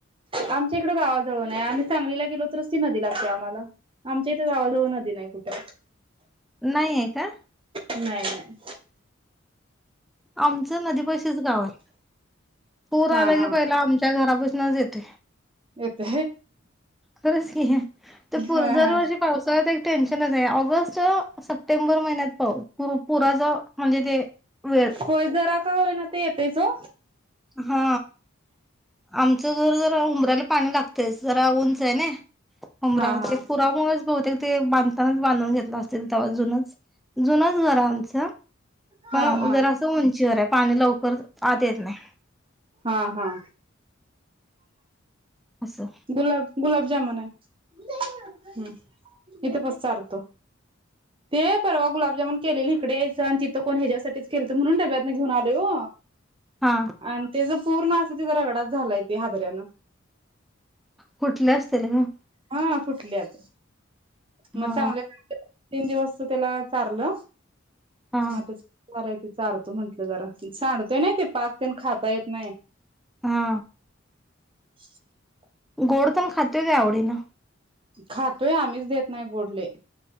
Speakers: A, on the right (about 25°); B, in the centre.
A: आमच्या इकडं गावाजवळ नाही आम्ही सांगलीला गेलो. तरच ती नदी लागते. आम्हाला आमच्या इथं गावाजवळ नदी नाही कुठे
B: नाहीये का?
A: नाही नाही.
B: आमचं नदीपाशीच गाव आहे. पुर
A: हा
B: आला की
A: हा
B: पहिला आमच्या घरा पशी नजयेते.
A: येते
B: खरंच की ते पूर
A: हा
B: दरवर्षी
A: हा
B: पावसाळ्यात एक टेन्शनचे ऑगस्ट सप्टेंबर महिन्यात पाउस पुर पुराच म्हणजे ते वेळ.
A: होय जरा का होईना ते येतयच ओ.
B: हा आमचं घर जरा उबरा्याला पाणी लागतय जरा उंचये ना. उमरा
A: हा हा
B: ते पुरा मुळच बहुतेक ते बनतानाच बाधुन घेत असेल तेव्हा जूनच जुनच घर आम च.
A: हा
B: पण
A: हा
B: जरसं उंचीवरे पाणी लवकर आत येत नाही.
A: हा हा.
B: असं
A: गुलाब गुलाब जामुने हम्म इथे बस चारतो. ते परवा गुलाबजामन केलेल इकडे यायचं आणि तिथं कोण ह्याच्यायासाठीच केलत म्हणून डब्यातन घेऊन आले ग
B: हा
A: आणि त्याच पूर्ण अस तिचा रगडाात झालाय ते हादऱ्यानं.
B: फुठले असतील ग.
A: हा फुटली आता. मग
B: हा
A: चांगलेत. तीन दिवस त्याला चारलं
B: हा
A: म आता. बरय ते चारतो म्हटलं जरा सांडतय ना ते पाक ते खाता येत नाय.
B: हा.
A: <inaudible>
B: गोड पण खाते काय आवडी न.
A: खातोय आम्हीच देत नाही गोड लई.